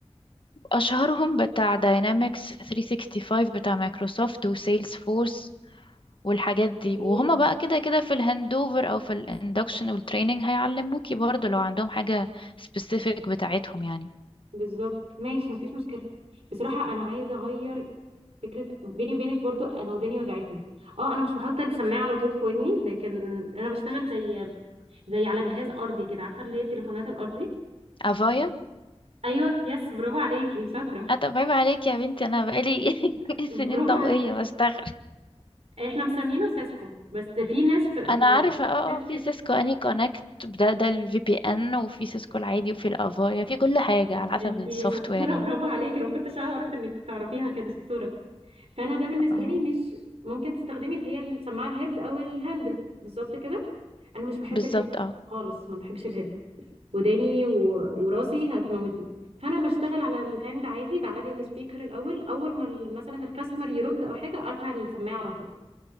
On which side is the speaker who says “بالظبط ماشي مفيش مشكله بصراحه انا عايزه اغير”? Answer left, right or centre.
Right